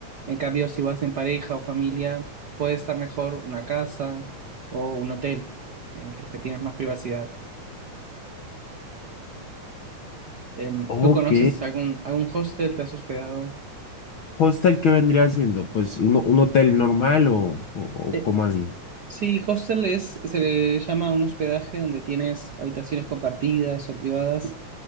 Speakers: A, on the right; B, on the left.
A: En cambio, si vas en pareja o familia, puede estar mejor una casa o un hotel, eh, porque tienes más privacidad. Em,
B: Ok.
A: ¿tú conoces algún, algún hostel? ¿Te has hospedado?
B: ¿Hostel qué vendría siendo? Pues un, un hotel normal o, o, o
A: Eh,
B: cómo así.
A: sí, hostel es, se le llama a un hospedaje donde tienes habitaciones compartidas o privadas